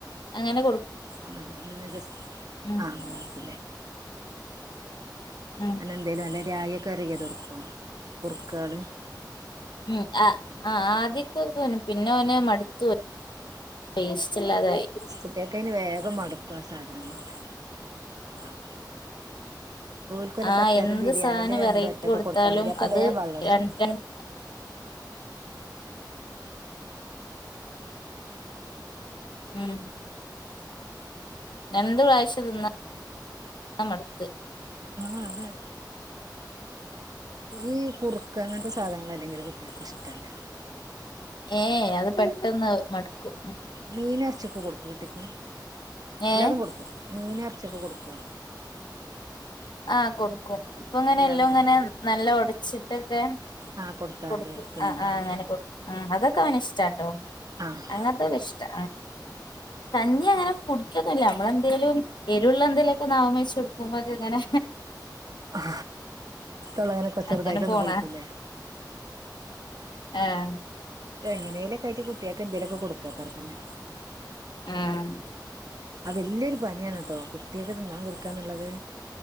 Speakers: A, on the left (about 75°); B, on the right (about 55°).
A: അങ്ങനെ കൊടുക്കും
B: മ് ഒന്ന് ജസ്റ്റ്
A: ഉം
B: ആ കൊടുക്കല്ലേ
A: ഉം
B: അങ്ങനെ എന്തേലും നല്ല രായ വര കിയത് കൊടുക്കുവോ കുർക്കൾ
A: ഉ ആ ആഹ് ആദ്യക്കെ പിന്നെ ഓൻ മടുത്തു ടേസ്റ്റ്ല്ലാതായി
B: കുട്ടികൾക്ക്ന് വേഗം മടുക്കും ആ സാധനങ്ങളൊക്കെ ആഹ് ഓൽക്കൊല
A: ആഹ്
B: പറ്റാത്തെ
A: എന്ത്
B: ബിരിയാണിന്റെ
A: സാധനം
B: രണ്ടു
A: വെറൈറ്റി
B: വറ്റക്കെ
A: കൊടുത്താലും
B: കൊടുത്താ മതി അപ്പൊ
A: അത്
B: വേവള്ളട്ച്ചു
A: രണ്ട്
B: തിന്നും
A: രണ്ട് ഉം രണ്ട് വയസ്സ് തിന്നാൻമട്ത്
B: ആഹ് അതെ ഈ കുറുക്ക് അങ്ങനത്തെ സാധനങ്ങൾ അല്ലെങ്കില് കുട്ടികൾക്ക് ഇഷ്ടല്ല
A: ഏഹ് അത് പെട്ടെന്ന് മടുക്കും
B: മീൻ ഇറച്ചൊക്കെ കൊടുക്കും കുട്ടിക്ക് എല്ലാതും
A: ഏഹ്
B: കൊടുക്കു മീൻ ഇറച്ചിയൊക്കെ കൊടുക്കു
A: ആഹ് കൊടുക്കും ഇപ്പ ങ്ങനെ
B: എല്ലാതും
A: എല്ലോ ങ്ങനെ
B: കൊടുക്കില്ലേ
A: നല്ല ഉടച്ചിട്ടൊക്കെ
B: ആഹ് കൊടുത്താല്
A: കൊടുക്ക
B: തിന്നുണ്ടാവില്ലേ
A: ആ ആ അങ്ങനെ ആ അതൊക്കെ അവന ഇഷ്ടാട്ടോ
B: ആഹ്
A: അങ്ങ വനിഷ്ട്ടാ കഞ്ഞി ങ്ങനെ കുടിക്കൊന്നില്ല നമ്മളെ ന്തേലും എരുവള്ള ന്തേലുമൊക്കെ നാമച്ച് കൊടുക്കുമ്പോ അത് ങ്ങനെ
B: ആ തൊള്ളങ്ങനെ കൊച്ചെറുതായിട്ട
A: അങ്ങനെ
B: ഒന്നു
A: പോണ
B: പൊളിക്കൂല്ലേ
A: ആഹ്
B: എങ്ങനേലക്കയിട്ട് കുട്ട്യാ ക്കെ ന്തേലൊക്കെടുക്കത്തർ തന്നെ
A: ആഹ്
B: അത് വലിയൊരു പണിയാണ് ട്ടോ കുട്ടിയക്ക് തിന്നാൻ കൊടുക്കാന്നുള്ളത്